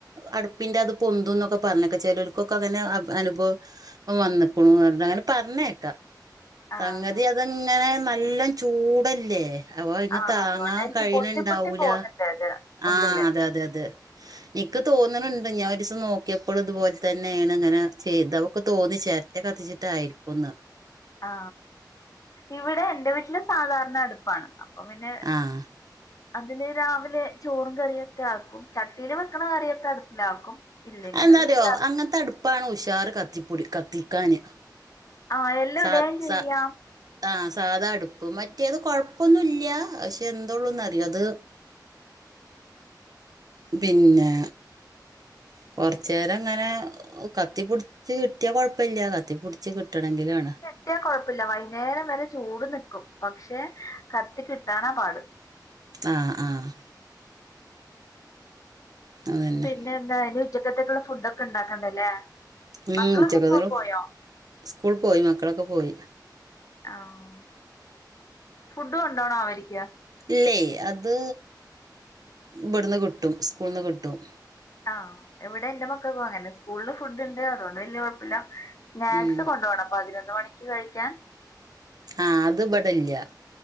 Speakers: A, on the right; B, on the left.
A: അടുപ്പിന്റെ അത് പൊന്തും എന്നൊക്കെ പറഞ്ഞക്കെ ചിലർക്കൊക്കെ അങ്ങനെ അനുഭവം വന്നേക്കണു എന്തായാലും പറഞ്ഞേക്കാ സംഗതി
B: ആഹ്
A: അതങ്ങനെ നല്ല ചൂടല്ലേ അവ ഇങ്ങനെ
B: ആഹ്
A: താങ്ങാൻ
B: അതുകൊണ്ടായിരിക്കും
A: കഴിയണണ്ടാവൂല്ല
B: പൊട്ടി പൊട്ടി പോകുന്നുണ്ട് അത് ഉള്ളില്
A: ആ അതെ അതെ അതെ എനിക്ക് തോന്നണുണ്ട് ഞാൻ ഒരു ദിവസം നോക്കിയപ്പോൾ ഇതുപോലെ തന്നെയാണ് ഇങ്ങനെ ചെയ്തേ അവൊക്കെ തോന്നിച്ചേ <inaudible> കത്തിച്ചിട്ടായിരിക്കുമെന്ന്
B: ആ ഇവിടെ എന്റെ വീട്ടിൽ സാധാരണ അടുപ്പാണ് അപ്പൊ പിന്നെ
A: ആഹ്
B: അതി രാവിലെ ചോറും കറിയൊക്കെ ആക്കും ചട്ടിൽ വെയ്ക്കണ കറിയൊക്കെ അടുപ്പിലാക്കും ഇല്ലെങ്കില്
A: എന്തറിയോ
B: പിന്നെ ഗ്യാ
A: അങ്ങനത്തെ അടുപ്പാണ് ഉഷാറ് കത്തിപ്പൊടി കത്തിക്കാന്
B: ആഹ് എല്ലാം
A: സ
B: ഇടുകയും ചെയ്യാം
A: സ ആ സാധാ അടുപ്പ് മറ്റേത് കുഴപ്പൊന്നും ഇല്ല പക്ഷെ എന്തള്ളൂന്ന് അറിയോ അത്
B: <inaudible>
A: പിന്നെ കുറച്ച നേരം ഇങ്ങനെ കത്തി പിടിച്ച് കിട്ടിയ കുഴപ്പമില്ല കത്തിപ്പിടിച്ച് കിട്ടണമെങ്കിലുലാണ്
B: കത്തിയാ കുഴപ്പമില്ല വൈകുന്നേരം വരെ ചൂട് നിൽക്കും പക്ഷെ കത്തി കിട്ടാനാ പാട്
A: ആഹ് ആഹ് അതന്നെ
B: പിന്നെ എന്താ ഇന്ന് ഉച്ചക്കത്തേക്കുള്ള ഫുഡ് ഒക്കെ ഉണ്ടാക്കണ്ടല്ലേ
A: <inaudible> <unintelligible>
B: മക്കളൊക്കെ സ്കൂൾ പോയോ
A: സ്കൂൾ പോയി മക്കളൊക്കെ പോയി.
B: ആഹ് ഫുഡ് കൊണ്ടോണോ അവർക്ക്
A: ഇല്ലേ അത് ഇവിടുന്ന് കിട്ടും സ്കൂളിൽ നിന്ന് കിട്ടും
B: ആ എവിടെ എന്റെ മക്കൾ അങ്ങനെ സ്കൂളിൽ ഫുഡ് ഉണ്ട് അതുകൊണ്ട് വല്യ കുഴപ്പമില്ല. സ്നാക്സ്
A: ഉം
B: കൊണ്ടുപോണം പതിനൊന്ന് മണിക്ക് കഴിക്കാൻ
A: ആ അത് ഇവിടെയില്ല